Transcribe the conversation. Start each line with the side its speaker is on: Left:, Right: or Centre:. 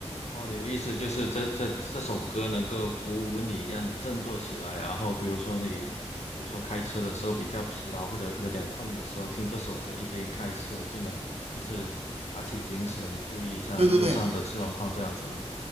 Left: 哦，你的意思就是这这这首歌能够鼓舞你，让你振作起来，然后比如说你，比如说开车的时候比较疲劳或者有点困的时候，听这首歌一边开车就能就是打起精神，注意上路上的状况这样子吗？
Right: 对对对，